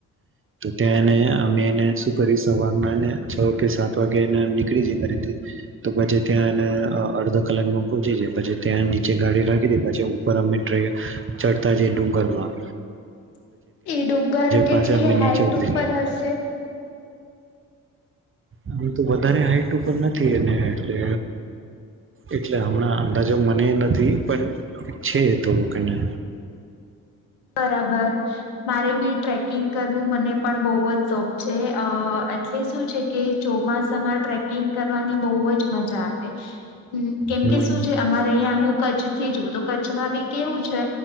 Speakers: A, on the right; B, on the left.
A: ત્યાં અમે કરી સવાર છ કે સાત નીકળી જાય ઘથી તો પછી ત્યાં અડધો કલાકમાં પહચી જાય પછી ત્યાં નીચે ગાડી રાખી દીધ પછ ઉપર અમે ટ્રે ચડતા જએ ડુંગર માં
B: <inaudible> ઈ ડુંગર કેટલી
A: પાછા અમે
B: હાઈટ
A: નીચે ઉતરી
B: ઉપર
A: જાય
B: હશે
A: આમ તો વધારે હાઈટ ઉપર નથી એને એટલે એટલે હમણાં અંદાજો મને નથી પણ છે થોડુંકને
B: <inaudible> બરાબર મારે બી ટ્રેકિંગ કરવું મને પણ બહ જ શોખ છે એટલે શું છે કે ચોમાસામાં ટ્રેકિંગ કર ની બહ જ મજા આવે કેમકે
A: હમ
B: શું છે અમારે અહં હું કચ્છ થી જુ તો કચ્છમાં બી કેવું છે